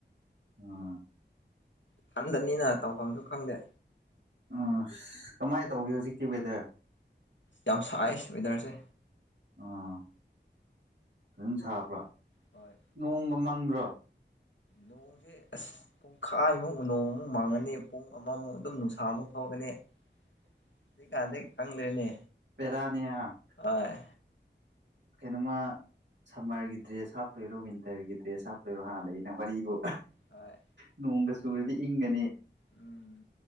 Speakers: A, on the right (about 70°); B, on the left (about 75°).
A: ꯑꯥ꯫
B: ꯏꯊꯟꯗꯅꯤꯅ ꯇꯧꯐꯝꯁꯨ ꯈꯪꯗꯦ꯫
A: ꯑꯁ ꯀꯃꯥꯏ ꯇꯧꯒꯦ ꯍꯧꯖꯤꯛꯇꯤ ꯋꯦꯗꯔ꯫
B: ꯌꯥꯝ ꯁꯥꯏ ꯋꯦꯗꯔꯁꯦ꯫
A: ꯑꯥ <unintelligible> ꯁꯥꯕ꯭ꯔꯥ
B: ꯍꯣꯏ
A: ꯅꯣꯡꯒ ꯃꯪꯗ꯭ꯔꯣ꯫
B: ꯅꯣꯡꯁꯦ ꯑꯁ ꯄꯨꯡꯈꯥꯏꯃꯨꯛ ꯅꯣꯡꯃꯨꯛ ꯃꯪꯉꯅꯤ꯫ ꯄꯨꯡ ꯑꯃꯃꯨꯛ ꯑꯗꯨꯝ ꯅꯨꯡꯁꯥ ꯑꯃꯨꯛ ꯊꯣꯛꯑꯒꯅꯤ <unintelligible> ꯀꯥꯟꯗꯒꯤ ꯈꯪꯗ꯭ꯔꯦꯅꯦ꯫
A: ꯕꯦꯔꯥꯅꯤ ꯍꯥ꯫
B: ꯑꯣꯏ꯫
A: ꯀꯩꯅꯣꯃ꯫ ꯁꯝꯃꯔꯒꯤ ꯗ꯭ꯔꯦꯁ ꯍꯥꯞꯇꯣꯏꯔꯣ ꯋꯤꯟꯇꯔꯒꯤ ꯗ꯭ꯔꯦꯁ ꯍꯥꯞꯇꯣꯏꯔꯣ ꯍꯥꯟꯅ ꯂꯩꯏ ꯅ ꯋꯥꯔꯤꯕꯨ꯫
B: ꯍꯣꯏ꯫
A: ꯅꯣꯡꯒ ꯆꯨꯨꯔꯗꯤ ꯏꯪꯡꯒꯅꯤ꯫
B: ꯎꯝ